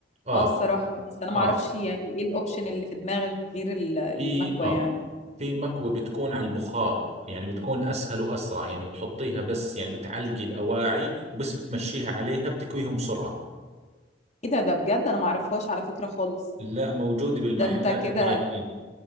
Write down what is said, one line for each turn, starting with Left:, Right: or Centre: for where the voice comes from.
Right: اه
Left: اه الصراحة بس انا معرفش
Right: اه
Left: يعني ايه الاوبشن اللي في دماغك غير ال- المكوى
Right: في اه
Left: يعني
Right: في مكوى بتكون على البخار يعني بتكون أسهل وأسرع يعني بتحطيها بس يعني بتعلقي الأواعي وبس بتمشيها عليها بتكويهم بسرعة
Left: ايه ده ده بجد انا معرفهاش على فكرة خالص
Right: لا موجود بالمحلات
Left: ده انت كده
Right: الدراي كلين